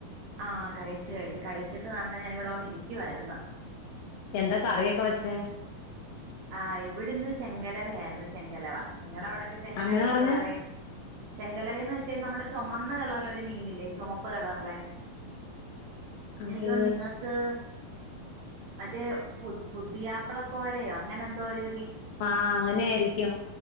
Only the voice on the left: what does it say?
എന്ത കറിയൊക്കെ വച്ചേ.
അങ്ങനെ പറഞ്ഞ
അത്
ആഹ് അങ്ങനേയ്രിക്ക്യും